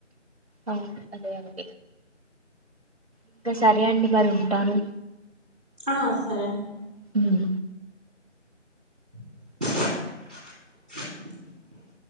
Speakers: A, on the right; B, on the right.
A: అ అదే అండి ఇంకా సరే అండి మరి ఉంటాను.
B: ఆ సరే అండి
A: అ <unintelligible>
B: <unintelligible>